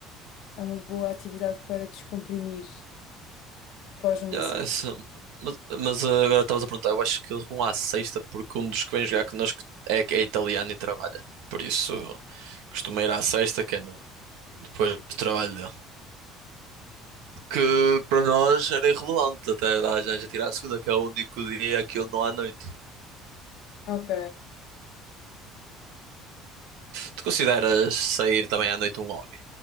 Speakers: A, on the left; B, on the right.
A: É uma boa atividade para descomprimir após uma
B: Ah,
A: semana.
B: isso- Mas, mas, ah, agora estavas a perguntar, eu acho que eles vão à sexta porque um dos que vem jogar connosco é, é italiano e trabalha. Por isso costuma ir à sexta, que é no- depois do trabalho dele. Que para nós era irrelevante até dar a gente a tirar a segunda, que é o único dia que eu não há noite.
A: Ok.
B: Tu consideras sair também à noite um hobby?